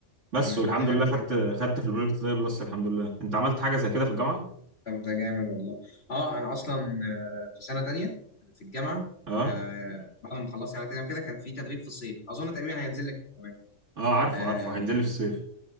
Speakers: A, on the right; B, on the left.
A: بس
B: امم
A: والحمد
B: لا حلو
A: لله خدت
B: جدا والله
A: خدت في البروجكت ده بلس الحمد لله انت عملت حاجة زي كده في الجامعة
B: طب ده جامد والله اه انا اصلا آه، في سنه تانية في الجامعه
A: اه
B: آه، بعد ما خلصت سنه تانية وكده كان في تدريب في الصيف اظن تقريبا هينزل لك كمان
A: اه عارفه
B: اه
A: عارفه هينزل لي في الصيف